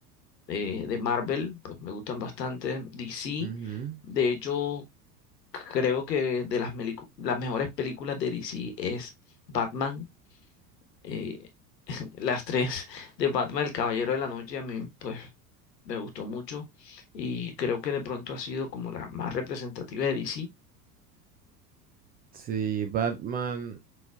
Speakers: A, on the left; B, on the right.
A: eh, de Marvel, pues me gustan bastante. DC,
B: Ujú.
A: de hecho, creo que de las, melicu- las mejores películas de DC es Batman. eh, <laughs> las tres de Batman, El Caballero de la Noche, a mí pues me gustó mucho y creo que de pronto ha sido como la más representativa de DC.
B: Sí, Batman